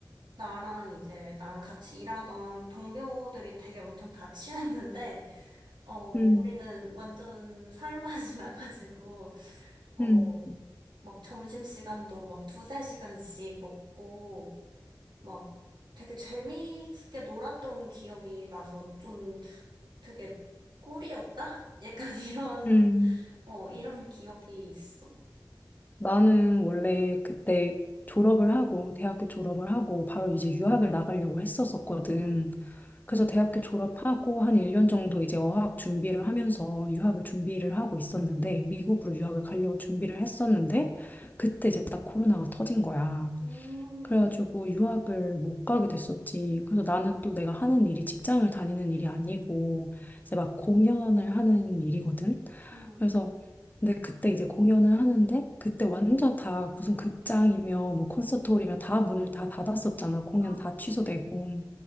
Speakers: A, on the right (about 80°); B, on the left (about 25°).
A: 나랑 이제 나랑 같이 일하던 동료들이 되게 엄청 다 친했는데 어, 우리는
B: 음,
A: 완전 살맛이 <laughs> 나가지고, 어,
B: 음,
A: 막 점심시간도 막 두세 시간씩 먹고, 막 되게 재미있게 놀았던 기억이 나서 좀 되게 꿀이었다? <laughs> 약간 이런,
B: 음.
A: 어, 이런 기억이 있어.
B: 나는 원래 그때 졸업을 하고, 대학교 졸업을 하고, 바로 이제 유학을 나가려고 했었었거든.
A: 응,
B: 그래서 대학교 졸업하고 한 1년 정도 이제 어학 준비를 하면서 유학을 준비를 하고 있었는데, 미국으로 유학을 가려고 준비를 했었는데, 그때 이제 딱 코로나가 터진 거야.
A: 음,
B: 그래가지고 유학을 못 가게 됐었지. 그래서 나는 또 내가 하는 일이 직장을 다니는 일이 아니고 이제 막 공연을 하는 일이거든.
A: 음.
B: 그래서 근데 그때 이제 공연을 하는데 그때 완전 다 무슨 극장이며 뭐 콘서트홀이며 다 문을 다 닫았었잖아. 공연
A: 아,
B: 다
A: 그치.
B: 취소되고.